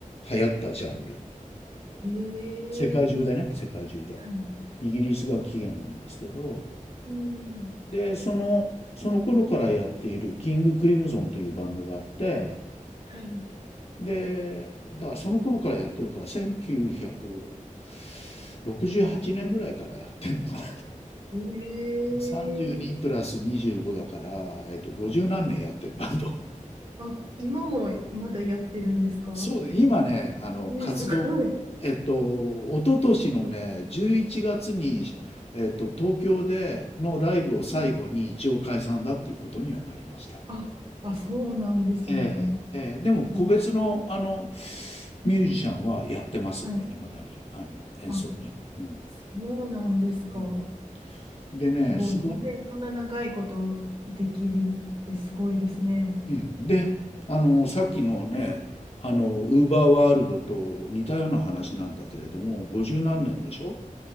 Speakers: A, on the left; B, on the right.
A: 流行ったジャンル。
B: へ
A: 世界中でね、
B: え。
A: 世界中で。
B: はい。
A: イギリスが起源なんですけど、
B: うん。
A: で、その、その頃からやっているキング・クリムゾンというバンドがあって、
B: はい。
A: で、だからその頃からやってるから、1 9 68年ぐらいからやってんのかな
B: へえ。
A: 32プラス25だから、えっと、50何年やってるバンド。<laughs>
B: あ、今もまだやってるんですか
A: そうで、今ね、あの、
B: えすごい。
A: 活動、えっと、一昨年のね、11月に、えっと、東京でのライブを最後に一応解散だっていうことにはなりました。
B: うんあ、あ、そうなんですね。
A: ええ、ええ、でも個別の、
B: ね
A: あの、ミュージシャンはやってます。
B: はい。
A: いまだに、あの、演奏ね。
B: あ、
A: うん。
B: そうなんですか。
A: うんでね、
B: すごい。
A: すご
B: 本当にそんな長いことできるってすごいですね。
A: うん、で、あの、さっきのね、あの、ウーバーワールドと似たような話なんだけれども、50何年でしょ